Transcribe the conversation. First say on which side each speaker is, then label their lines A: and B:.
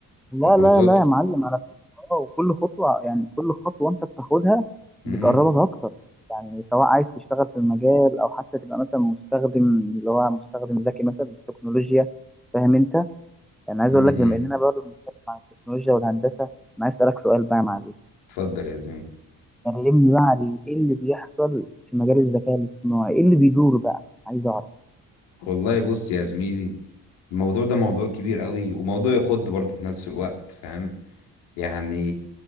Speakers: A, in the centre; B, on the left.
A: لا
B: وكورسات
A: لا لا يا معلم على فكرة اه وكل خطوة يعني كل خطوة أنت بتاخدها
B: امم
A: بتقربك أكتر يعني سواء عايز تشتغل في المجال أو حتى تبقى مثلا مستخدم اللي هو مستخدم ذكي مثلا للتكنولوجيا فاهم أنت؟ يعني عايز
B: امم
A: أقول
B: امم.
A: لك بما إننا برضه بنتكلم عن التكنولوجيا والهندسة أنا عايز أسألك سؤال بقى يا معلم
B: اتفضل يا زميلي
A: كلمني بقى عن إيه اللي بيحصل في مجال الذكاء الاصطناعي إيه اللي بيدور بقى عايز أعرف
B: والله بص يا زميلي الموضوع ده موضوع كبير قوي وموضوع يخض برضه في نفس الوقت فاهم يعني